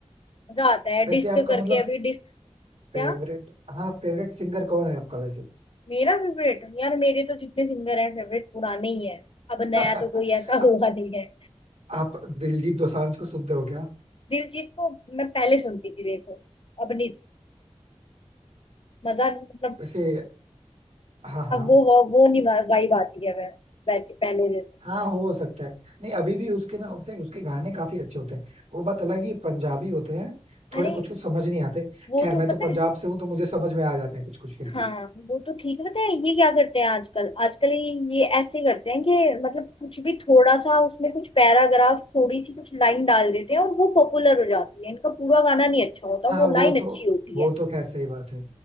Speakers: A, on the left (about 55°); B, on the right (about 85°).
A: मजा आता है
B: वैसे
A: डिस्क
B: आपका
A: करके
B: मतलब
A: अभी डिस्क क्या
B: फेवरेट हाँ फेवरेट सिंगर कौन है आपका वैसे
A: मेरा फेवरेट यार मेरे तो जितने सिंगर हैं फेवरेट पुराने ही हैं अब
B: <laughs>
A: नया तो कोई ऐसा
B: आप
A: हुआ नहीं है
B: आप दिलजीत दोसांझ को सुनते हो क्या
A: दिलजीत को मैं पहले सुनती थी देखो अब नहीं मजा मतलब
B: वैसे हाँ हाँ
A: अब वो वो, वो नहीं वाइब आती है वै- वैसे पहले जैसे
B: हाँ हो सकता है नहीं अभी भी उसके ना उसके उसके गाने काफी अच्छे होते हैं वो बात अलग ही पंजाबी होते हैं
A: अरे
B: थोड़े कुछ कुछ समझ नहीं आते
A: वो
B: खैर
A: तो
B: मैं तो
A: पता
B: पंजाब
A: है
B: से हूँ तो मुझे समझ में आ जाते हैं कुछ कुछ फिर भी
A: हाँ वो तो ठीक है पता है ये क्या करते हैं आजकल आजकल ये ये ऐसे करते हैं कि मतलब कुछ भी थोड़ा सा उसमें कुछ पैराग्राफ थोड़ी सी कुछ लाइन डाल देते हैं और वो पॉपुलर हो जाती है इनका पूरा गाना नहीं अच्छा होता
B: हाँ
A: वो
B: वो
A: लाइन
B: तो
A: अच्छी होती
B: वो
A: है
B: तो खैर सही बात है